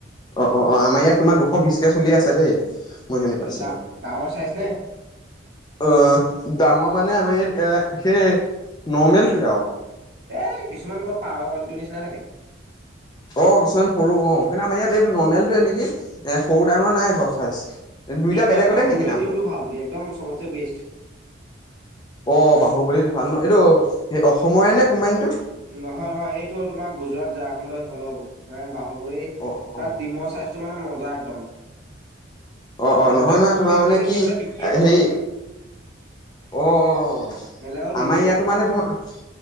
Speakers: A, on the left; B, on the right.
A: অ, অ, অ, আমাৰ ইয়াত তোমাৰ দুশ বিছকে চলি আছে দেই।
B: ডা
A: <inaudible>
B: ডাঙৰ চাইজ নে
A: অ, ডাঙৰ মানে আমাৰ ইয়াত, সেই নৰ্মেলটোৱে আৰু।
B: এই, কিছুমান বৰ পাৰৰ কনিটো নিচিনা থাকে।
A: অ, কিছুমান সৰু অ, কিন্তু আমাৰ ইয়াত এইটো নৰ্মেলটোৱে নেকি এ সৰু-ডাঙৰ নাই বাৰু চাইজ দুইটা
B: ডিম
A: বেলেগ
B: এ,
A: বেলেগ
B: বাহু
A: নেকি
B: বুলি
A: দামটো?
B: ডিমটো ভাল একদম চবতে বেষ্ট।
A: অ, বাহুবলী ভাল ন এইটো সেই অসমৰে নে কোম্পানীটো।
B: নহয়, নহয় এইটো তোমাৰ গুজৰাট ঝাৰখণ্ডৰ সিফালে হ'ব। মানে বাহুবৰী,
A: অ
B: তাৰ
A: অ অ
B: ডিমৰ চাইজটো মানে মজা একদম।
A: অ অ
B: সিহঁতে
A: নহয় নহয়
B: সৰু
A: তোমাৰ
B: ডিমখিনি
A: মানে কি
B: সিহঁতে বিকিয়ে নকৰে
A: হেৰি
B: হপাই
A: অ, অ,
B: বেলেগক
A: আমাৰ
B: দি দিয়ে
A: ইয়াতো মানে তোমাৰ,